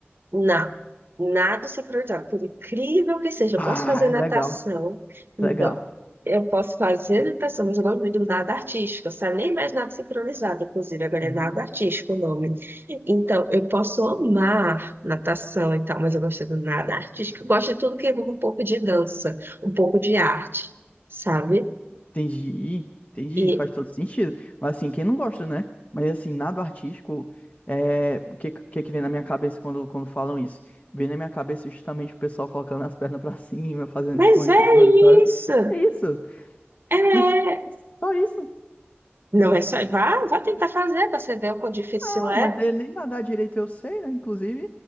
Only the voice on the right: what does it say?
Não, nado sincronizado, por incrível que seja, eu
posso fazer natação,
então,
eu posso fazer natação, mas o nome do nado artístico, sabe? Nem mais nado sincronizado, inclusive, agora
é nado artístico o nome. Então, eu posso amar natação e tal, mas eu gosto do nado artístico, eu gosto de tudo que envolve um pouco de dança, um pouco de arte, sabe?
E.
Mas
é
isso!
É.
Não é só. Vá, vá tentar fazer para você ver o quão difícil
é.